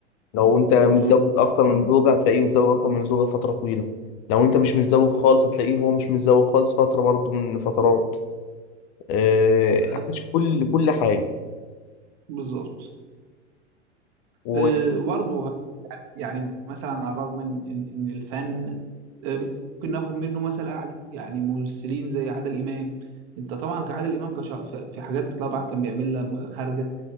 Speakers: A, on the left; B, on the right.
A: لو انت متزوج
B: الله عليه وسلم بالظبط
A: اكتر من زوجة هتلاقيه متزوج اكتر من زوجة فترة طويلة لو انت مش متزوج خالص هتلاقيه هو مش متزوج خالص فترة برضو من فترات آه،
B: آه،
A: عاش كل كل حاجة
B: بالظبط
A: و...
B: آه، برضه يعني يعني مثلا على الرغم من ان إن الفن ممكن ناخد منه مثل اعلى يعني ممثلين زي عادل امام انت طبعا كعادل امام كش... في في حاجات طبعا كان بيعملها خارجه